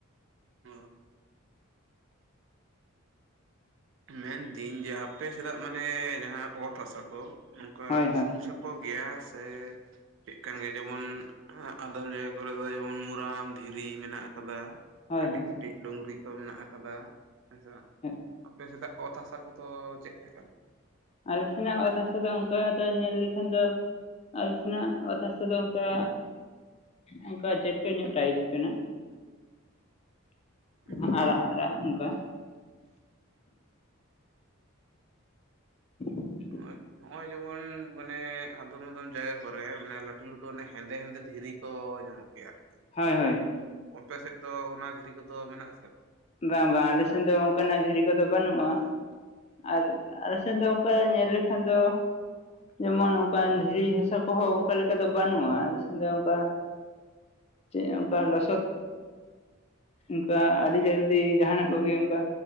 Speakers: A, on the right; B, on the left.
A: ᱚ ᱢᱮᱱᱫᱤᱧ ᱡᱮ ᱟᱯᱮ ᱥᱮᱫᱟᱜ ᱢᱟᱱᱮ ᱡᱟᱸᱦᱟᱸ ᱚᱛ ᱦᱟᱥᱟ ᱠᱚ ᱱᱚᱝᱠᱟ
B: ᱦᱳᱭ
A: ᱩᱥᱩᱞ
B: ᱦᱳᱭ
A: ᱪᱷᱮᱯ ᱯᱚ ᱜᱮᱭᱟ ᱟ ᱥᱮᱻᱮ ᱪᱮᱫ ᱠᱟᱱ ᱜᱮᱭᱟ ᱡᱮᱢᱚᱱ ᱟᱫᱚᱢ ᱡᱟᱭᱜᱟ ᱠᱚᱨᱮ ᱫᱚ ᱡᱮᱢᱚᱱ ᱢᱩᱨᱟᱢ ᱫᱷᱤᱨᱤ ᱢᱮᱱᱟᱜ ᱟᱠᱟᱫᱟ
B: ᱦᱳᱭ
A: ᱠᱟᱴᱤᱡ
B: ᱦᱳᱭ
A: ᱠᱟᱴᱤᱡ ᱰᱩᱝᱨᱤ ᱠᱚ ᱢᱮᱱᱟᱜ ᱟᱠᱟᱫᱟ ᱦᱮᱸᱥᱮ
B: ᱩᱸᱜᱽ
A: ᱟᱯᱮ ᱥᱮᱫᱟᱜ ᱚᱛ ᱦᱟᱥᱟ ᱠᱚᱫᱚ ᱪᱮᱫ ᱞᱮᱠᱟᱱ
B: ᱟᱞᱮ ᱥᱮᱱᱟᱜ ᱚᱛ ᱦᱟᱥᱟ ᱫᱚ ᱚᱱᱠᱟ ᱫᱚ ᱧᱮᱞ ᱞᱮᱠᱷᱟᱱ ᱫᱚ ᱟᱞᱮ ᱥᱮᱱᱟᱜ ᱚᱛ ᱦᱟᱥᱟ ᱫᱚ ᱚᱱᱠᱟ ᱚᱱᱠᱟ ᱡᱮᱴᱮ ᱧᱚᱜ ᱴᱟᱭᱤᱯ ᱠᱟᱱᱟ <inaudible>
A: ᱟᱪᱪᱷᱟ
B: ᱟᱨᱟᱜ ᱟᱨᱟᱜ ᱚᱱᱠᱟ <inaudible>
A: ᱱᱚᱜᱽ ᱚᱭ ᱱᱚᱜᱼᱚᱭ ᱡᱮᱢᱚᱱ ᱢᱟᱱᱮ ᱟᱫᱚᱢ ᱟᱫᱚᱢ ᱡᱟᱭᱜᱟ ᱠᱚᱨᱮ ᱢᱟᱱᱮ ᱞᱟᱹᱴᱩ ᱞᱟᱹᱴᱩ ᱚᱱᱮ ᱦᱮᱸᱫᱮ ᱦᱮᱸᱫᱮ ᱫᱷᱤᱨᱤ ᱠᱚ ᱧᱟᱢᱚᱜ ᱠᱟᱱᱟ ᱮᱹ ᱟᱨᱠᱤ
B: ᱦᱚᱭ ᱦᱳᱭ
A: ᱚᱯᱮ ᱥᱮᱫ ᱫᱚ ᱚᱱᱟ ᱫᱷᱤᱨᱤ ᱠᱚᱫᱚ ᱢᱮᱱᱟᱜ ᱟᱥᱮ ᱵᱟᱝ
B: ᱵᱟᱝ ᱵᱟᱝ ᱟᱞᱮ ᱥᱮᱱ ᱫᱚ ᱚᱱᱠᱟᱱᱟᱜ ᱫᱷᱤᱨᱤ ᱠᱚᱫᱚ ᱵᱟᱱᱩᱜᱼᱟ ᱟᱨ ᱟᱞᱮ ᱥᱮᱱ ᱫᱚ ᱚᱱᱠᱟ ᱧᱮᱞ ᱞᱮᱠᱷᱟᱱ ᱫᱚ ᱡᱮᱢᱚᱱ ᱚᱱᱠᱟᱱ ᱫᱷᱤᱨᱤ ᱦᱟᱥᱟ ᱠᱚᱦᱚᱸ ᱚᱱᱠᱟ ᱞᱮᱠᱟ ᱫᱚ ᱵᱟᱹᱱᱩᱜᱼᱟ ᱟᱞᱮ ᱥᱮᱱ ᱫᱚ ᱚᱱᱠᱟ ᱪᱮᱫ ᱚᱱᱠᱟ ᱞᱚᱥᱚᱫ ᱚᱱᱠᱟ ᱟᱨᱤ ᱡᱟᱞᱤ ᱫᱤ ᱡᱟᱦᱟᱱᱟᱜ ᱠᱚᱜᱮ ᱚᱱᱠᱟ